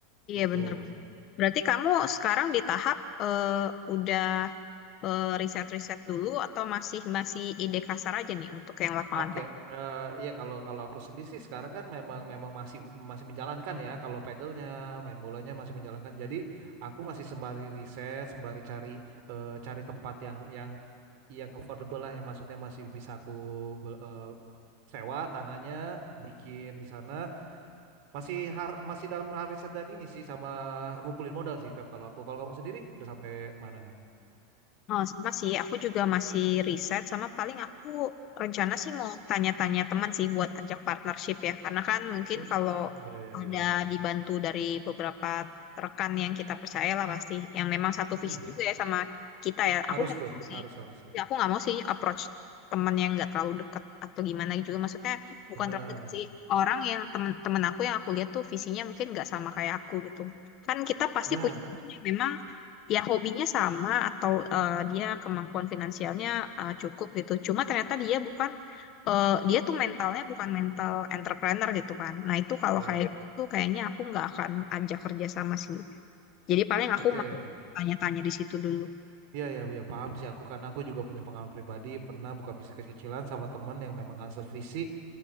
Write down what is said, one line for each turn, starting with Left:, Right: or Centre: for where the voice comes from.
Left: Iya
Right: Gitu.
Left: benar-benar. Berarti kamu sekarang di tahap eh, udah eh, riset-riset dulu atau masih masih ide kasar aja nih untuk yang lapangan
Right: Oke, eh iya kalau kalau aku sendiri sih sekarang kan memang memang masih masih menjalankan ya kalau pedalnya main bolanya masih menjalankan. Jadi aku masih sembari riset, sembari cari eh, cari tempat yang yang yang affordable lah, yang maksudnya masih bisa aku be- eh, sewa tanahnya, bikin di sana. Masih har, masih dalam hal riset dan ini sih sama ngumpulin modal sih, Feb, kalau aku. Kalau kamu sendiri udah sampai mana nih?
Left: Oh, sama sih. Aku juga masih riset sama paling aku rencana sih mau tanya-tanya teman sih buat ajak partnership ya. Karena kan mungkin
Right: Hmm,
Left: kalau
Right: ya ya
Left: ada
Right: ya ya.
Left: dibantu dari beberapa rekan yang kita percaya lah pasti. Yang memang satu
Right: Mm-mm.
Left: visi juga ya sama kita ya. Aku
Right: Harus
Left: nggak
Right: tuh,
Left: mau sih.
Right: harus harus ya.
Left: Ya, aku nggak mau sih approach teman yang nggak terlalu dekat atau gimana juga. Maksudnya bukan
Right: Benar.
Left: terlalu dekat sih. Orang yang teman-teman aku yang aku lihat tuh visinya mungkin nggak sama kayak aku gitu. Kan kita pasti
Right: Ya,
Left: punya teman yang memang ya hobinya sama atau eh, dia kemampuan finansialnya eh, cukup gitu. Cuma ternyata dia bukan eh, dia tuh mentalnya bukan mental entrepreneur gitu kan. Nah itu kalau
Right: ya.
Left: kayak Ya. gitu kayaknya aku nggak akan ajak kerja sama sih. Jadi paling aku
Right: Oke.
Left: mau tanya-tanya di situ dulu.
Right: Iya, ya, ya, paham sih aku karena aku juga punya pengalaman pribadi pernah buka bisnis kecil-kecilan sama temen yang memang nggak sevisi